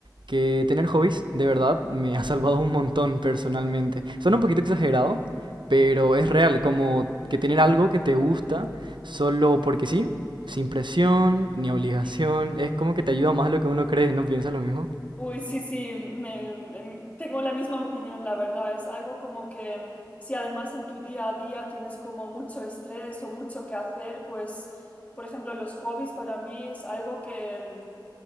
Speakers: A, on the right; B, on the left.
A: que tener hobbies de verdad me ha salvado un montón personalmente. Suena un poquito exagerado, pero es real, como que tener algo que te gusta solo porque sí, sin presión ni obligación,
B: Sí.
A: es como que te ayuda más de lo que uno cree, ¿no piensas lo mismo?
B: Uy, sí, sí, me- me- tengo la misma opinión, la verdad. Es algo como que si además en tu día a día tienes como mucho estrés o mucho que hacer, pues, por ejemplo, los hobbies para mí es algo que,